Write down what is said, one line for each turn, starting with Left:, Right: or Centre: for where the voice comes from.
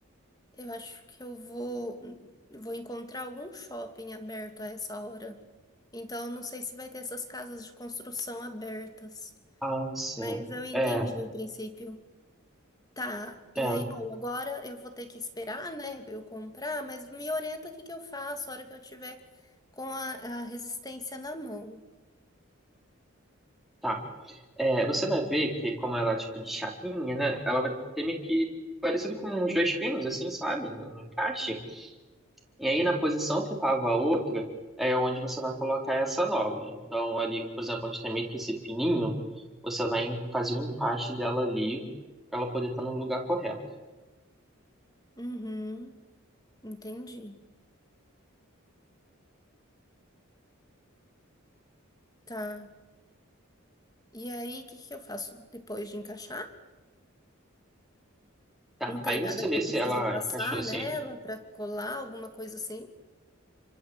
Left: Eu acho que eu vou vou encontrar algum shopping aberto a essa hora. Então eu não sei se vai ter essas casas de construção abertas,
Centre: Ah, sim.
Left: mas eu entendi
Centre: É,
Left: o princípio. Tá, e
Centre: é,
Left: aí, bom, agora eu vou ter que esperar, né, eu comprar, mas me orienta o que que eu faço a hora que eu tiver com a, a resistência na mão.
Centre: tá. É, você vai ver que como ela é tipo de chapinha, né? Ela vai ter meio que parecido com uns dois pinos, assim, sabe? No, no encaixe. E aí na posição que tava a outra, é onde você vai colocar essa nova. Então ali, por exemplo, onde tem meio que esse pininho, você vai en- fazer o encaixe dela ali pra ela poder estar no lugar correto.
Left: Uhum, entendi. Tá. E aí, o que que eu faço depois de encaixar?
Centre: Tá,
Left: Não tem
Centre: aí
Left: nada
Centre: você
Left: que
Centre: vê
Left: eu preciso
Centre: se ela
Left: passar
Centre: encaixou assim,
Left: nela para colar, alguma coisa assim?